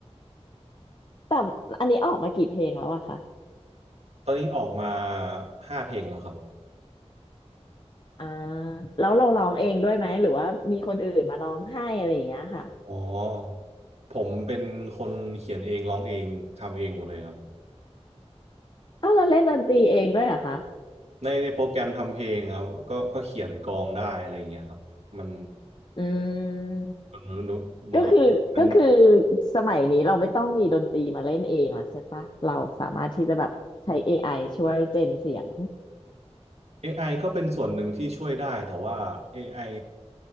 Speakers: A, on the left; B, on the right.
A: แต่อันนี้ออกมากี่เพลงแล้วอะคะ
B: ตอนนี้ออกมาห้าเพลงแล้วครับ
A: อ่าแล้วเราร้องเองด้วยไหมหรือว่ามีคนอื่นมาร้องให้อะไรอย่างเงี้ยค่ะ
B: อ๋อผมเป็นคนเขียนเองร้องเองทำเองหมดเลยครับ
A: อ้าวเราเล่นดนตรีเองด้วยเหรอคะ
B: ในในโปรแกรมทำเพลงครับก็ก็เขียนกลองได้อะไรอย่างเงี้ยครับมัน
A: อืม
B: มันมันเหมือนกับว่ามัน
A: ก็คือก็คือสมัยนี้เราไม่ต้องมีดนตรีมาเล่นเองแล้วใช่ปะเราสามารถที่จะแบบใช้ AI ช่วยเจนเสียง
B: AI ก็เป็นส่วนหนึ่งที่ช่วยได้แต่ว่า AI